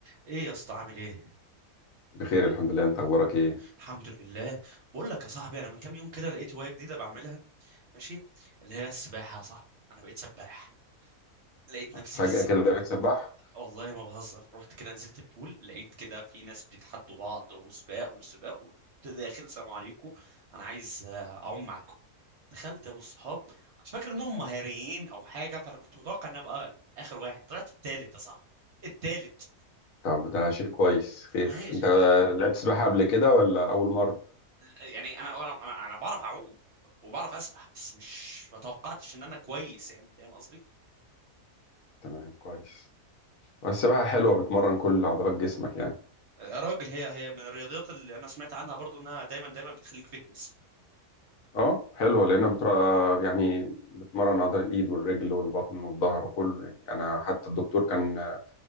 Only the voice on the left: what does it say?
بخير الحمد لله انت اخبارك ايه
فجأة
كده بقيت سباح
طب ده شيء كويس خير
انت لعبت سباحة قبل كده ولا اول مرة
تمام كويس والسباحة حلوة بتمرن كل عضلات جسمك يعني
اه حلوة لانها بتر... يعني بتمرن عضلة الايد والرجل والبطن والظهر وكله يعني انا حتى الدكتور كان